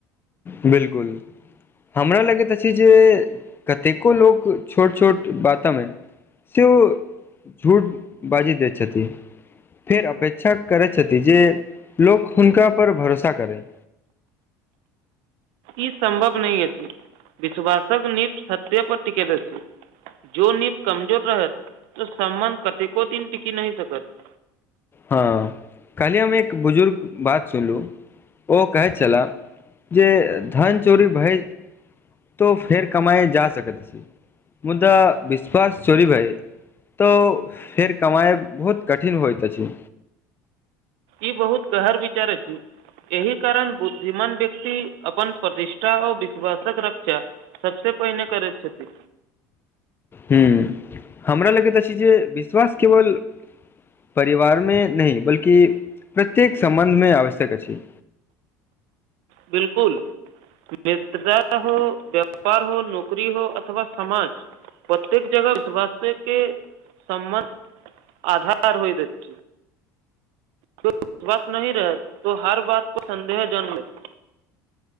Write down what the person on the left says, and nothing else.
बिल्कुल हमरा लगैत अछि जे कतेको लोक छोट छोट भाषा मे से ओ झूठ बाजी दैत छथि फेर अपेक्षा करै छथि जे लोक हुनका पर भरोसा करै
हँ खाली हममे एक बुजुर्ग बात सुनलू ओ कहैत छलाह जे धन चोरी भय तो फेर कमाए जा सकै मुद्दा विश्वास चोरी भइ तऽ फेर कमाइ बहुत कठिन होइत अछि
हुँ हमरा लगैत अछि जे विश्वास केवल परिवार मे नहि बल्कि प्रत्येक सम्बन्ध मे आवश्यक अछि